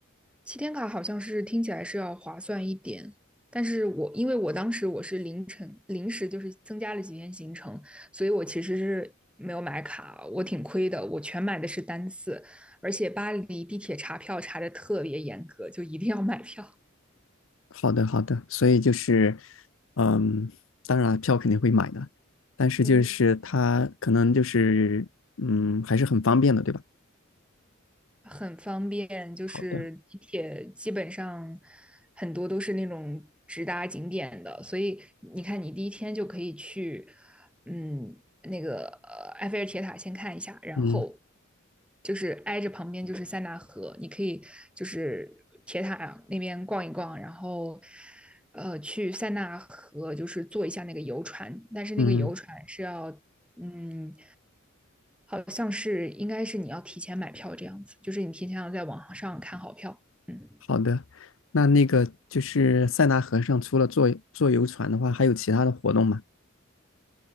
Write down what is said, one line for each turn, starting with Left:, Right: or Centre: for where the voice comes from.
Centre: 七天卡好像是听起来是要划算一点。但是我因为我当时我是凌晨临时就是增加了几天行程，所以我其实是没有买卡，我挺亏的。我全买的是单次，而且巴黎地铁查票查的特别严格，就一定要买票。
Left: 好的，好的。所以就是，嗯，当然票肯定会买的，但是就是它可能就是，
Centre: 嗯。
Left: 嗯，还是很方便的，对吧？
Centre: 很方便，就是地铁基本上
Left: 好的，
Centre: 很多都是那种直达景点的，所以你看，你第一天就可以去，嗯，那个呃埃菲尔铁塔先看一下，然后
Left: 嗯
Centre: 就是挨着旁边就是塞纳河，你可以就是铁塔那边逛一逛，然后呃去塞纳河就是坐一下那个游船，但是那个游船是要
Left: 嗯，
Centre: 嗯，好像是应该是你要提前买票这样子，就是你提前要在网上看好票。嗯
Left: 好的。那那个就是塞纳河上，除了坐坐游船的话，还有其他的活动吗？